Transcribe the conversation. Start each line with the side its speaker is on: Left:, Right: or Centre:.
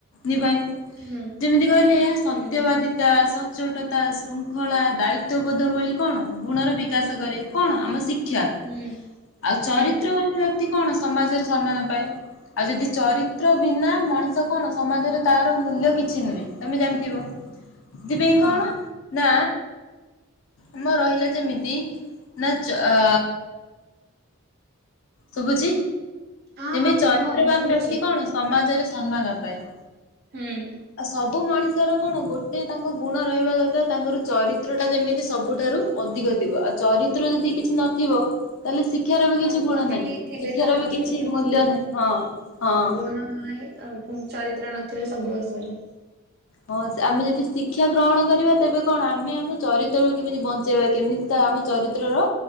Left: ନିଭାଏ।
Right: ହୁଁ
Left: ଯେମିତି କହିଲେ ଏହା ସତ୍ୟବାଦିତା
Right: ହୁଁ
Left: ସତ ସଚୋଟ ତା ଶୃଙ୍ଖଳା ଦାୟିତ୍ବବୋଧ ଭଳି କଣ ଗୁଣର ବିକାଶ କରେ କଣ ଆମ ଶିକ୍ଷ କ୍ଷା
Right: ହୁଁ
Left: ଆଉ
Right: ହୁଁ
Left: ଚରିତ୍ରବାନ ବ୍ୟକ୍ତି କଣ ସମାଜରେ ସମ୍ମାନ ପାଏ। ଆଉ ଯଦି ଚରିତ୍ର ବିନା ମଣିଷ କଣ ସମାଜରେ ତାର ମୂଲ୍ୟ କିଛି ନୁହେଁ ତମେ ଜାଣିଥିବ। ସେଥିପାଇଁ
Right: ହଁ
Left: କଣ ନା ଆମ ରହିଲା ଯେମିତି ନା ଚ ଅ ଶୁବୁଛି
Right: ହଁ
Left: ଯେମିତି
Right: ହଁ
Left: ଚରିତ୍ରବାନ
Right: କୁହ ମୁଁ ଶୁଣୁଛି
Left: ବ୍ୟକ୍ତି କଣ ସମାଜରେ ସମ୍ମାନ ପାଏ।
Right: ହୁଁ।
Left: ଆଉ ସବୁ ମଣିଷର କଣ ଗୋଟେ ତାଙ୍କ ଗୁଣ ରହିବା ଦରକାର ତାଙ୍କର ଚରିତ୍ର ଟା ଯେମିତି ସବୁଠାରୁ ଅଧିକ ଥିବ ଆଉ ଚରିତ୍ର ଯଦି କିଛି ନଥିବ ତାହେଲେ ଶିକ୍ଷାର ବି
Right: ହଁ
Left: କିଛି ଗୁଣ
Right: କୁହନ୍ତିନି
Left: ନାହିଁ
Right: ଥିଲେ
Left: ଶିକ୍ଷାର
Right: ଥାଉ
Left: ବି
Right: ପଛେ
Left: କିଛି ମୂଲ୍ୟ ନାହିଁ, ହଁ ହଁ।
Right: <unintelligible> ଆଉ ଚରିତ୍ର ନଥିଲେ ସବୁ ଅସାର।
Left: ହଁ ସେ ଆମେ ଯଦି ଶି ଶିକ୍ଷା ଗ୍ରହଣ କରିବା ତେବେ କଣ ଆମେ ଆମ ଚରିତ୍ରକୁ କେମିତି ବଞ୍ଚେଇବା କେମିତି ତା ଆମ ଚରିତ୍ରର